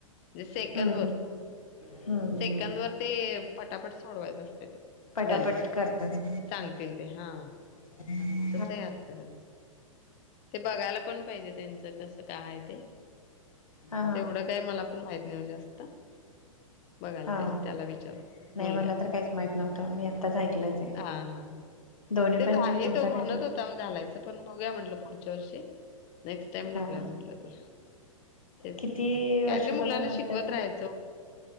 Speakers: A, on the left (about 35°); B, on the left (about 75°).
A: म्हणजे सेकंद
B: हम्म
A: वर,
B: हम्म
A: सेकंद
B: हम्म
A: वर ते पटापट सोडवायचं असतंय ते.
B: पटापट
A: गणित ते,
B: करतात
A: सांगतील ते हा.
B: <unintelligible>
A: तस ही असतय त्यांचं. ते बघायला पण पाहिजे त्यांच कस काय हाय ते,
B: हा
A: तेवढ
B: हा
A: काय मला माहित नाही ओ जास्त बघायला पाहिजे
B: हा
A: त्याला विचारून
B: नाही
A: मुलग्याला,
B: मला तर काहीच माहित नव्हतं मी आत्ताच ऐकलं ते
A: हा हा.
B: दोन्ही
A: तेच
B: पण
A: आहे
B: तुमच्याकडनं
A: तो म्हणत होता घालायचं, पण बघूया म्हटलं पुढच्या वर्षी नेक्स्ट टाइम
B: हा
A: घालुया म्हंटल तुला, तेच
B: किती
A: की
B: वर्षापासून
A: काय तरी मुलांना
B: असते
A: शिकवत
B: ते
A: राहायच